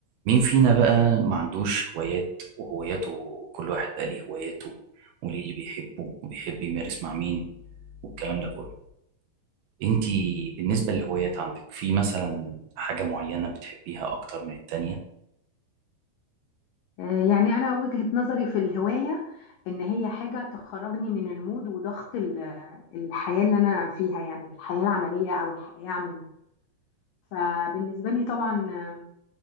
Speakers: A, on the right (about 75°); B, on the left (about 85°).
A: مين فينا بقى ما عندوش هوايات وهواياته كل واحد بقى ليه هواياته وليه اللي بيحبه وبيحب يمارس مع مين والكلام ده كله انتي بالنسبة للهوايات عندك في مثلا حاجة معينة بتحبيها أكتر من التانية
B: آه، يعني أنا وجهة نظري في الهواية إن هي حاجة تخرجني من المود وضغط ال- الحياة اللي أنا فيها يعني الحياة العملية أو الحياة عموما فبالنسبة لي طبعا آه،